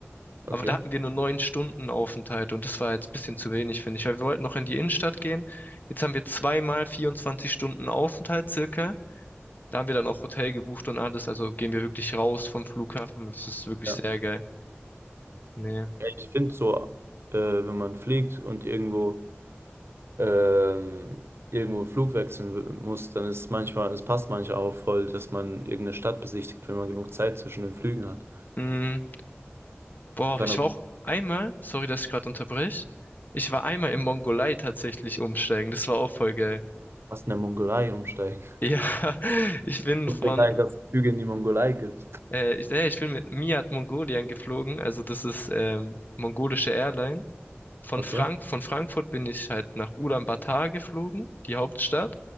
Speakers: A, on the left (about 45°); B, on the right (about 65°).
A: Aber
B: okay.
A: da hatten wir nur neun Stunden Aufenthalt und das war jetzt ein bisschen zu wenig, finde ich, weil wir wollten noch in die Innenstadt gehen. Jetzt haben wir zweimal 24 Stunden Aufenthalt circa. Da haben wir dann auch Hotel gebucht und alles, also gehen wir wirklich raus vom Flughafen. Das ist wirklich
B: Ja.
A: sehr geil. Nee.
B: Ja, ich finde so, äh, wenn man fliegt und irgendwo. ähm, irgendwo einen Flug wechseln w- muss, dann ist es manchmal, es passt manchmal auch voll, dass man irgendeine Stadt besichtigt, wenn man genug Zeit zwischen den Flügen hat.
A: Mm, boah,
B: Kann
A: ich
B: aber
A: war auch einmal, sorry, dass ich gerade unterbreche. Ich war einmal in Mongolei tatsächlich umsteigen. Das war auch voll geil.
B: fast in der Mongolei umsteigen. <laughs>
A: Ja, <laughs> ich bin
B: Ich
A: von,
B: wusste gar nicht, dass es Flüge in die Mongolei gibt.
A: äh, ich, äh, ich bin mit Miat Mongolien geflogen, also das ist ähm, mongolische Airline. von
B: Okay,
A: Frank, von Frankfurt bin ich halt nach Ulaanbaatar geflogen, die Hauptstadt.